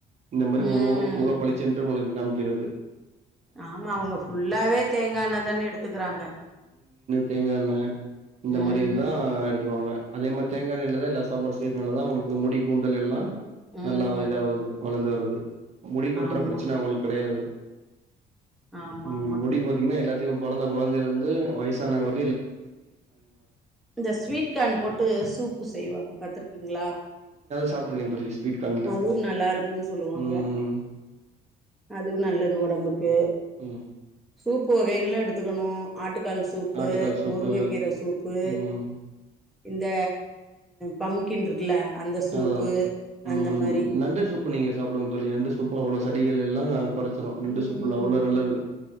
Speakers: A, on the right (about 40°); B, in the centre.
A: இந்த மாரி
B: ம்
A: உங்க முக முக பளிச்சின்டு உங்களுக் காம்க்கிறது
B: ஆமா அவுங்க புல்லாவே தேங்கான தானே எடுத்துக்குறாங்க
A: தேங்காய எண்ண இந்த
B: ம்
A: மாரி இதுதா எடுத்துக்குவாங்க அதே மாரி தே தேங்கானயிலத இல்ல சாப்பாடு செயிரதுதா உங்களுக்கு முடி கூந்தல் எல்லாம்
B: ம்
A: நல்லா இதாவது வளர்ந்து வருது முடி கொற்ற
B: ஆமா
A: பிரச்சன அவுங்களுக்கு கெடையாது
B: ஆமா
A: ம்
B: ஆமா
A: முடி பாத்தீங்கனா எல்லாத்துக்கு பிறந்த கொழந்தயில இருந்து வயசு தா நாங்க ஒர்
B: இந்த ஸ்வீட் கேன் போட்டு சூப்பு செய்வாங்க பாத்திர ங்களா
A: சாப்றேகே தோழி ஸ்வீட் கான்ல
B: அதுவும் நல்லா இருக்குனு சொல்லுவாங்க
A: ம்
B: அதுவு நல்லது உடம்புக்கு
A: ம்
B: சுப் உப்புவகைகளா எடுத்துக்கணு ஆட்டு தக்காளி சூப்பு
A: ஆட்டுக்கால் சூப்பு
B: முருங்கக்கீர சூப்பு
A: ம்
B: இந்த பம்கின் இருக்குல அந்த சூப்பு
A: அதா அதா ம்
B: அந்த மாரி
A: நண்ட சூப்பு நீங்க சாப்புடுங்க தொலி நண்டு சூப்பு அவ்ளோ சடிகள் எல்லாம் குறச்சிரும் நண்டு
B: ம்
A: சூப்புலாம் அவ்ளோ நல்லது